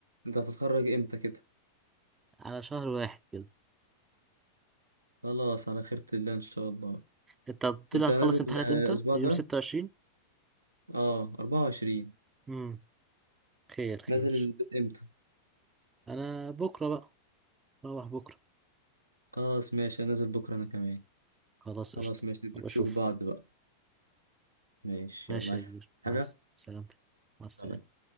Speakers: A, on the right (about 80°); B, on the right (about 15°).
A: أنت هتتخرج إمتى كده
B: على شهر واحد كده
A: خلاص على خيرة الله إن شاء الله
B: انت قلت
A: أنت
B: لي هتخلص
A: نازل
B: امتحانات
A: آه،
B: امتى
A: الأسبوع
B: يوم
A: ده
B: 26
A: اه 24
B: امم خير خير
A: نازل ال- إمتى
B: انا بكره بقى روح بكره
A: خلاص ماشي أنا نازل بكرة أنا كمان
B: خلاص قشطه
A: خلاص ماشي نبقى
B: وبشوفك
A: نشوف بعض بقى ماشي
B: ماشي
A: يلا عايز
B: يا كبير
A: حاجة
B: مع الس- سلامتك مع السلامه
A: سلام